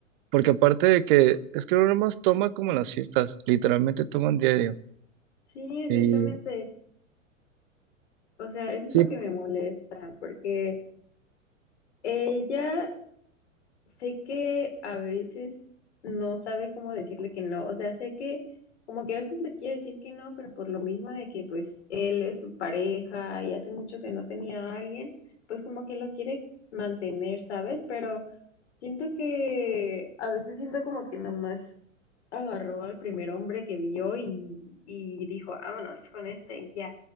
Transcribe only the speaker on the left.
Sí, exactamente.
O sea, eso
es lo que me molesta, porque ella Sé que a veces no sabe cómo decirle que no, o sea, sé que como que a veces le quiere decir que no, pero por lo mismo de que pues él es su pareja y hace mucho que no tenía a alguien, pues como que lo quiere mantener, ¿sabes? Pero siento que a veces siento como que nomás agarró al primer hombre que vio y, y dijo, vámonos con este y ya,